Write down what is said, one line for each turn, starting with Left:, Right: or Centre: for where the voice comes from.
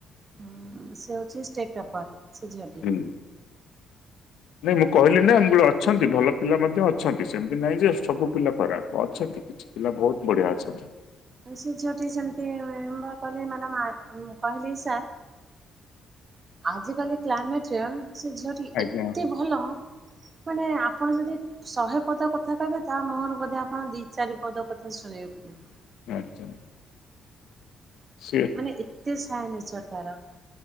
Right: ହୁଁ ସେହଉଛି ଷ୍ଟେଟ୍ ଟପର୍ ସେଝିଅଟି
Left: ହୁଁ। ନାଇଁ ମୁଁ କହିଲିନା
Right: ଉଁ
Left: ମୁଁ କହିଲି ଅଛ ଅଛନ୍ତି ଭଲ ପିଲା ମଧ୍ୟ ଅଛନ୍ତି ସେମିତି ନାହିଁଯେ ସବୁ ପିଲା ଖରାପ୍ ଅଛନ୍ତି। ପିଲା ବହୁତ୍ ବଢ଼ିଆ ଅଛନ୍ତି।
Right: ସେଝିଅଟି ସେମିତି କିମ୍ବା କହିଲେ ମାନେ ମା <unintelligible> ଆଜିକାଲି କ୍ଲାଇମେଟରେ ସେଝିଅଟି
Left: ଆଜ୍ଞା
Right: ଏତେ ଭଲ ମାନେ ଆପଣ ଯଦି ଶହେ ପଦ କଥା କହିବେ ତାମୁହଁରୁ ବୋଧେ ଆପଣ ଦି ଚାରି ପଦ କଥା ଶୁଣିବେ ବୋଧେ।
Left: ଆଚ୍ଛା। ସିଏ
Right: ମାନେ ଏତେ ସାଏ ନେଚର୍ ତାର।